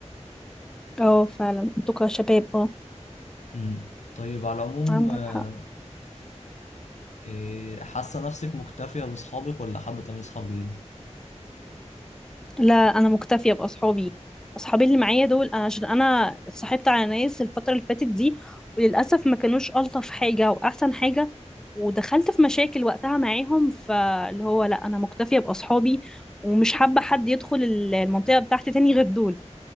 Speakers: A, in the centre; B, on the left.
A: اه فعلا انتوا كشباب اه
B: أمم. طيب على العموم
A: عندك
B: آه،
A: حق
B: إيه، حاسه نفسك مكتفيه باصحابك ولا حابه تعملي اصحاب جديده
A: لا انا مكتفيه باصحابي اصحابي اللي معايا دول انا عشان انا اتصاحبت على ناس الفتره اللي فاتت دي وللاسف ما كانوش الطف حاجه واحسن حاجه ودخلت في مشاكل وقتها معاهم فاللي هو لا انا مكتفيه باصحابي ومش حابه حد يدخل ال- المنطقه بتاعتي تاني غير دول